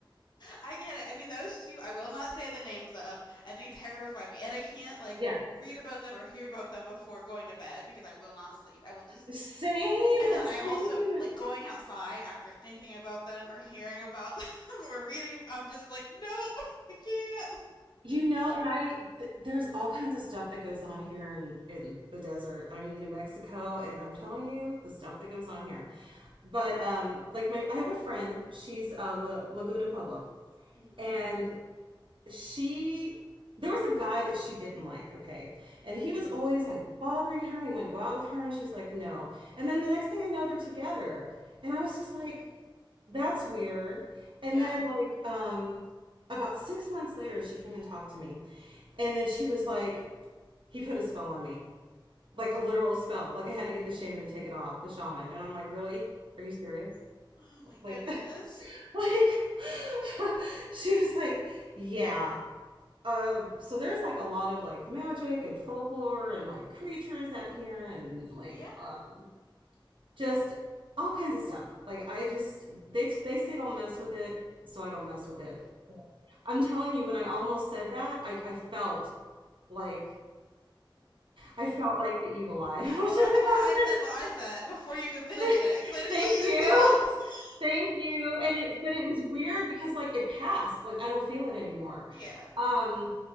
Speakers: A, on the left; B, on the right.
A: I get it. I mean, those two I will not say the names of, and they terrify me. And I can't like
B: Yeah.
A: read about them or hear about them before going to bed because I will not sleep. I will just
B: Same,
A: And then
B: same.
A: I also like going outside after thinking about them or hearing about <laughs> them or reading. I'm just like, nope, I can't.
B: You know, and I th there's all kinds of stuff that goes on here in in the desert. I'm in New Mexico and I'm telling you the stuff that goes on here. But um like my I have a friend, she's uh La Laguna Pueblo
A: Mhm,
B: and she there was a guy that she didn't like, okay?
A: mhm,
B: And he was always like bothering her. He wanted to go out with her and she's like, "No." And then the next thing I know they're together. And I was just
A: hmm.
B: like, that's weird.
A: Yeah.
B: And then like um about 6 months later she came and talked to me. And then she was like, he put a spell on me, like a literal spell. Like I had to get the shaman and take it off, the shaman. And I'm like, really? Are you serious?
A: Oh my goodness.
B: Like, <laughs> like <laughs> she was like, yeah. Um, so there's like a lot of like magic and folklore and like creatures out here and like
A: Yeah.
B: um, just all kinds of stuff. Like I just they they say don't mess with it, so I don't mess with it. I'm telling you, when I almost said that, I I felt like I felt like the evil eye. <laughs> I was
A: Well,
B: doing
A: that's
B: a
A: why
B: compliment.
A: I said what I said before you could finish it
B: <laughs>
A: because I didn't
B: Thank
A: want you
B: you.
A: to say it. <laughs>
B: Thank you. And it but it was weird because like it passed. Like I don't feel it anymore.
A: Yeah.
B: Um